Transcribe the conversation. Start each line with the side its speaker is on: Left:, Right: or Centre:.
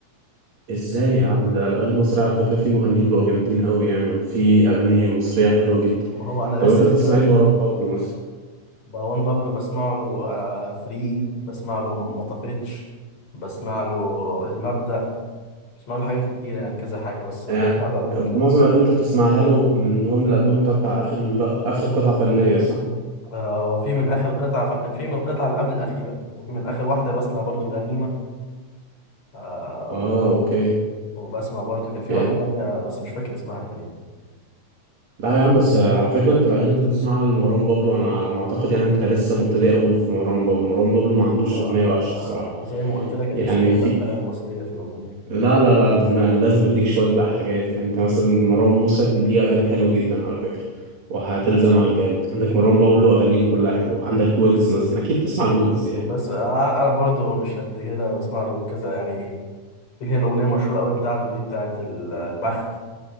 Right: ازاي يا عم ده الاغاني المصريه على فكره في مغنيين بقوا جامدين قوي يعني وفي اغاني مصريه حلوه جدا
Left: ما هو انا لسه
Right: طب انت بتسمع
Left: آه،
Right: ايه مروان بابلو مثلا
Left: مروان بابلو بسمع له آه، فري بسمع له مطفيتش بسمع له المبدأ بسمع له حاجات كتيره يعني كذا حاجه بس
Right: يعني
Left: مش بسمع له البوم
Right: معظم
Left: كامل
Right: الاغاني اللي انت بتسمعها له من هو من الالبوم بتاع اخر اخر قطعه فنيه صح
Left: آه وفي من اخر قطعه فن... في من القطعه اللي قبل الاخيره وفي من اخر واحده بسمع برضو الغنيمه آه
Right: اه
Left: وبس...
Right: اوكي
Left: وبسمع برضو كان في
Right: يعني
Left: واحده تانية بس مش فاكر اسمها كان إيه.
Right: لا يا عم بس على فكره انت الاغاني اللي انت بتسمعها لمروان بابلو انا على ما اعتقد يعني انت لسه مبتدئ اول في مروان بابلو مروان بابلو ما عندوش
Left: ما
Right: اغنيه وحشه الصراحه
Left: زي ما قلت لك انا
Right: يعني
Left: لسه ببدأ
Right: في
Left: في الاغاني المصريه في العموم يعني
Right: لا لا لا ده انا لازم اديك شويه بقى حاجات يعني انت مثلا مروان موسى ليه اغاني حلوه جدا على فكره وهتلزمها جامد عندك مروان بابلو اغانيه كلها حلوه عندك ويجز مثلا اكيد بتسمع الويجز يعني
Left: بس انا برضو مش قد كده بسمع له كذا يعني في اللي هي الاغنيه المشهوره قوي بتاعته دي بتاعت ال- البخت